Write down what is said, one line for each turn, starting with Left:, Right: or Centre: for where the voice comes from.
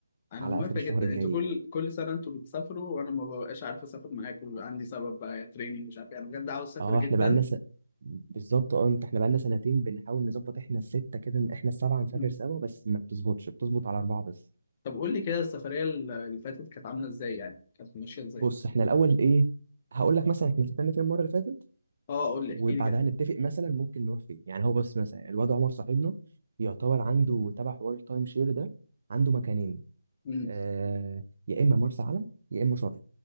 Left: انا
Right: على
Left: موافق
Right: اخر الشهر
Left: جدا
Right: الجاي
Left: انتوا كل
Right: كده
Left: كل سنه انتوا بتسافروا وانا ما ببقاش عارف اسافر معاكم بيبقى عندي سبب بقى يا تريننج مش عارف يعني بجد عاوز اسافر
Right: اه
Left: جدا
Right: احنا بقالنا س... بالظبط اه انت احنا بقالنا سنتين بنحاول نظبط احنا الستة كده احنا السبعة نسافر
Left: مم.
Right: سوا بس ما بتظبطش بتظبط على أربعة بس
Left: طب قول لي كده السفريه اللي فاتت كانت عامله ازاي يعني كانت ماشيه ازاي
Right: بص احنا الأول ايه هقول لك مثلا احنا سافرنا فين المرة اللي فاتت
Left: اه قول لي
Right: وبعدها
Left: احكي لي
Right: نتفق مثلا ممكن نروح فين يعني هو بس مثلا الواد عمر صاحبنا يعتبر عنده تبع حوار التايم شير ده عنده مكانين
Left: كده
Right: آه يا إما مرسى علم يا إما شرم